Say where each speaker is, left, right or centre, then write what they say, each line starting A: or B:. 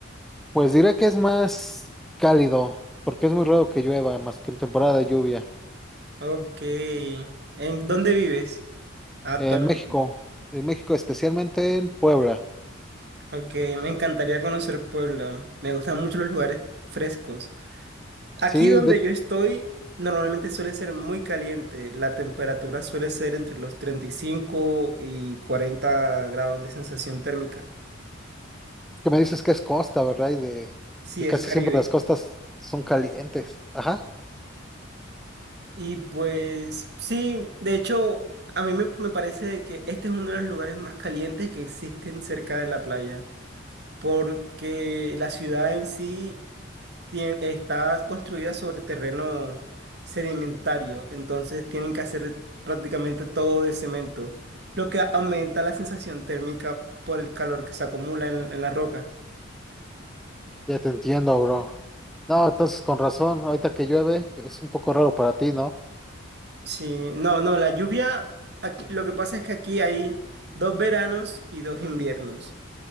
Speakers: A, in the centre; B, on the right.
A: Pues diré que es más cálido, porque es muy raro que llueva más que en temporada de lluvia.
B: Ok. ¿En dónde vives actualmente?
A: En México, en México, especialmente en Puebla.
B: Ok, me encantaría conocer Puebla. Me gustan mucho los lugares frescos. Aquí
A: Sí,
B: donde
A: de-
B: yo estoy, normalmente suele ser muy caliente. La temperatura suele ser entre los 35 y 40 grados de sensación térmica.
A: que me dices que es costa, ¿verdad? Y de,
B: Sí,
A: y
B: es
A: casi
B: Caribe.
A: siempre las costas son calientes. Ajá,
B: Y pues sí, de hecho, a mí me, me parece que este es uno de los lugares más calientes que existen cerca de la playa, porque la ciudad en sí tien- está construida sobre terreno sedimentario, entonces tienen que hacer prácticamente todo de cemento, lo que aumenta la sensación térmica por el calor que se acumula en, en la roca.
A: ya te entiendo, bro. No, entonces con razón, ahorita que llueve es un poco raro para ti, ¿no?
B: Sí, no, no, la lluvia, aquí, lo que pasa es que aquí hay dos veranos y dos inviernos.